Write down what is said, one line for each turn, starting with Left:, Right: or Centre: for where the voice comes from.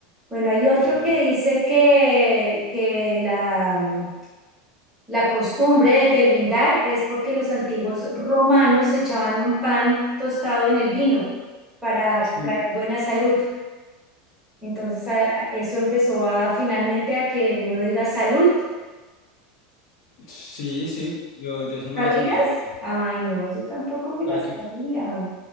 Centre: Bueno, hay otro
Left: Sí,
Centre: que dice que, que la, mm, la costumbre de brindar es porque los antiguos romanos echaban un pan tostado en el vino para
Left: sí.
Centre: traer buena salud. Entonces a- a- eso empezó a finalmente a que uno diga salud.
Left: Sí, sí, yo, yo esa me
Centre: ¿Sabías?
Left: la sabía. sí,
Centre: Ay, no, yo tampoco me las
Left: Para que,
Centre: sabía.